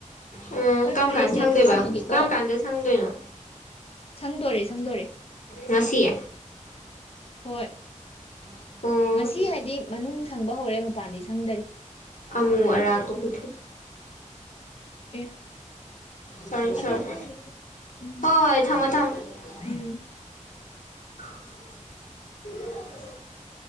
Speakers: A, on the left; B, on the left.
A: ꯎꯝ
B: ꯍꯣꯏ
A: ꯀꯔꯝ
B: ꯐꯔꯦꯁꯦ
A: ꯀꯥꯟꯗ ꯁꯪꯗꯣꯏꯕ
B: ꯑꯩꯁꯨ ꯊꯝꯃꯒꯦꯀꯣ
A: ꯀꯔꯝ ꯀꯥꯟꯗ ꯁꯪꯗꯣꯏꯅꯣ
B: ꯁꯪꯗꯣꯏꯔꯦ ꯁꯪꯗꯣꯏꯔꯦ
A: ꯉꯁꯤ
B: ꯎꯝ꯫ ꯍꯣꯏ꯫
A: ꯑꯣ
B: ꯉꯁꯤ ꯍꯥꯏꯗꯤ ꯃꯅꯨꯡ ꯁꯪꯕ ꯍꯧꯔꯦ ꯃꯄꯥꯟꯗꯤ ꯁꯡꯗꯔꯤ꯫
A: ꯑꯃꯨ ꯑꯔꯥꯛ ꯇꯣ <unintelligible>
B: ꯑꯦ
A: ꯁꯣꯔꯤ
B: ꯑꯗꯨ
A: ꯁꯣꯔꯤ
B: ꯈꯪꯗꯦꯁꯦ ꯎꯝ
A: ꯍꯣꯏ ꯍꯣꯏ ꯊꯝꯃꯣ ꯊꯝꯃꯣ꯫ <unintelligible>
B: ꯎꯝ